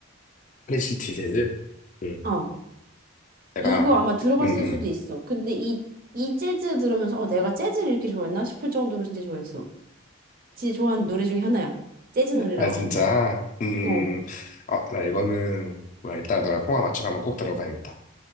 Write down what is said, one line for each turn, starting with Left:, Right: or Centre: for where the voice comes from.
Left: 프레시티 재즈? 응.
Right: 어.
Left: 내가,
Right: 이거 아마 들어봤을
Left: 응, 응.
Right: 수도 있어. 근데 이, 이 재즈 들으면서 어, 내가 재즈를 이렇게 좋아했나 싶을 정도로 진짜 좋아했어. 진짜 좋아하는 노래 중에 하나야. 재즈 노래라고
Left: 아, 진짜?
Right: 하면.
Left: 음,
Right: 어.
Left: 어, 나 이거는, 뭐야, 이따 너랑 통화 맞추고 한번 꼭 들어봐야겠다.